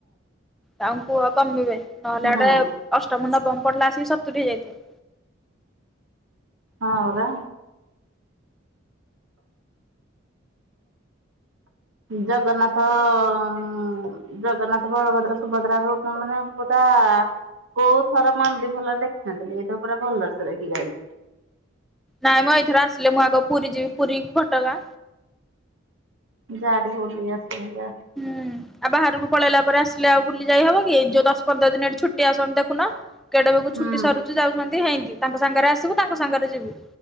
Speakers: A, in the centre; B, on the right.
A: ତାଙ୍କୁ କୁହ କମିବେ, ନହେଲେ ହେଡେ
B: ହଁ
A: ଅଷ୍ଟମ ନବମ ପଢିଲା ଆସି ସତୁରି ହେଇଯାଇଥିବେ।
B: ହଁ ପରା। ଜଗନ୍ନାଥ-ଅ-ଉଁ ଜଗନ୍ନାଥ, ବଳଭଦ୍ର, ସୁଭଦ୍ରାକୁ ମାନେ ପୁରା-ଆ କୋଉଥର ମୁଁ ଏମିତି ଭଲରେ ଦେଖିନଥିଲି। ଏଇଥର ପୁରା ଭଲରେ ସେ ଦେଖିକି ଆଇଲି।
A: ନାଇଁ ମଁ ଏଇଥର ଆସିଲେ ମୁଁ ଆଗ ପୁରୀ ଯିବି ପୁରୀକି ଘଟଗାଁ।
B: ଯା ଟିକିଏ ବୁଲିଆସିବୁ ଯା।
A: ହୁଁ, ଆଉ ବାହାରକୁ ପଳେଇଲା ପରେ ଆସିଲେ ଆଉ ବୁଲି ଯାଇ ହବ କି, ଯୋଉ ଦଶ ପନ୍ଦର ଦିନ୍ ହେଇଠି ଛୁଟ୍ ଛୁଟି ଆସନ୍ତି ଦେଖୁନ, କେଡେବେଗୁ
B: ହୁଁ
A: ଛୁଟି ସରୁଛି, ଯାଉଛନ୍ତି ହେନ୍ତି। ତାଙ୍କ ସାଙ୍ଗରେ ଆସିବୁ, ତାଙ୍କ ସାଙ୍ଗରେ ଯିବୁ।